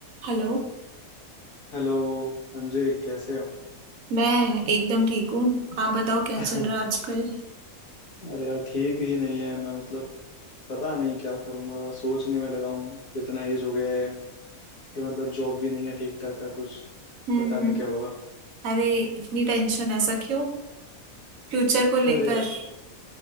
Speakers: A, on the right (about 70°); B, on the left (about 70°).
A: Hello
B: Hello Anjay कैसे हो
A: मैं एकदम ठीक हूँ आप बताओ क्या
B: <laughs>
A: चल रहा है आजकल
B: अरे यार ठीक ही नहीं है मैं मतलब पता नहीं क्या करूंगा सोचने में लगा हूँ इतना एज हो गया है कि मतलब जॉब भी नहीं है ठीक ठाक का कुछ
A: हम्म
B: पता
A: हम्म
B: नहीं क्या होगा <laughs>
A: अरे इतनी टेंशन ऐसा क्यों फ्यूचर को लेकर
B: अरे यार